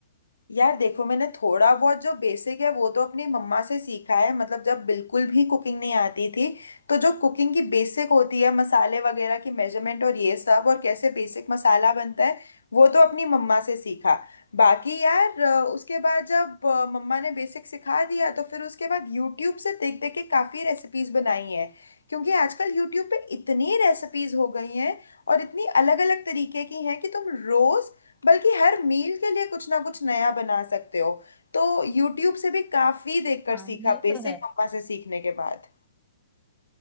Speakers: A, on the left (about 80°); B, in the centre.
A: यार देखो मैंने थोड़ा बहुत जो बेसिक है वो तो अपनी मम्मा से सीखा है मतलब जब बिल्कुल भी कुकिंग नहीं आती थी तो जो कुकिंग की बेसिक होती है मसाले वगैरह की मेजरमेंट और ये सब और कैसे बेसिक मसाला बनता है वो तो अपनी मम्मा से सीखा बाकी यार अ, उसके बाद जब अ, मम्मा ने बेसिक सिखा दिया तो फिर उसके बाद यूट्यूब से देख देख के काफ़ी रेसिपीज बनाई हैं क्योंकि आजकल यूट्यूब पे इतनी रेसिपीज हो गई हैं और इतनी अलग अलग तरीके की हैं कि तुम रोज बल्कि हर मील के लिए कुछ ना कुछ नया बना सकते हो तो यूट्यूब से भी काफी देखकर
B: हाँ
A: सीखा
B: ये
A: बेसिक
B: तो है
A: मम्मा से सीखने के बाद